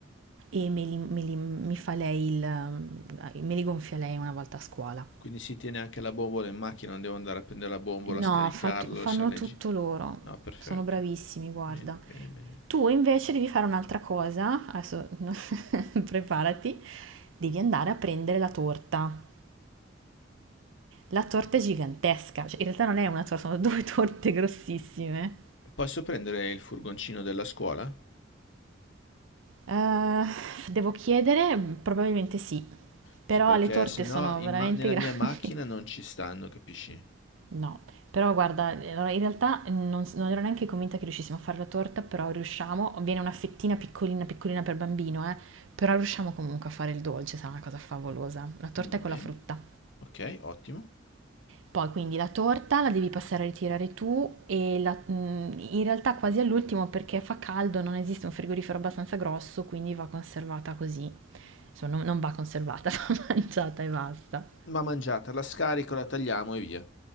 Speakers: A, on the right (about 85°); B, on the left (about 70°).
A: e me li, me li- mi fa lei il, mm, me li gonfia lei una volta a scuola.
B: Quindi si tiene anche la bombola in macchina, non devo andare a prendere la bombola,
A: No,
B: scaricarla,
A: fa tu- fanno
B: lasciarla
A: tutto
B: in giro.
A: loro.
B: No, perfetto.
A: Sono bravissimi,
B: Bene,
A: guarda.
B: bene, bene. bene.
A: Tu invece devi fare un'altra cosa. Adesso <laughs> preparati. Devi andare a prendere la torta. La torta è gigantesca. Cioè, in realtà non è una torta, sono due <laughs> torte grossissime.
B: Posso prendere il furgoncino della scuola?
A: Eh, devo chiedere? Probabilmente sì.
B: Sì,
A: Però
B: perché
A: le torte
B: se
A: sono
B: no in
A: veramente
B: ma- nella
A: <laughs> grandi.
B: mia macchina non ci stanno, capisci?
A: No, però guarda, allora in realtà non, s- non ero neanche convinta che riuscissimo a fare la torta, però riusciamo, viene una fettina piccolina piccolina per bambino, eh, però riusciamo comunque a fare il dolce, sarà una cosa favolosa. La torta
B: Va
A: è
B: bene,
A: con la frutta.
B: ok, ottimo.
A: Poi quindi la torta la devi passare a ritirare tu e la- mm, in realtà quasi all'ultimo perché fa caldo, non esiste un frigorifero abbastanza grosso, quindi va conservata così. Insomma, non non va conservata, <laughs> va mangiata e basta.
B: Va mangiata, la scarico, la tagliamo e via.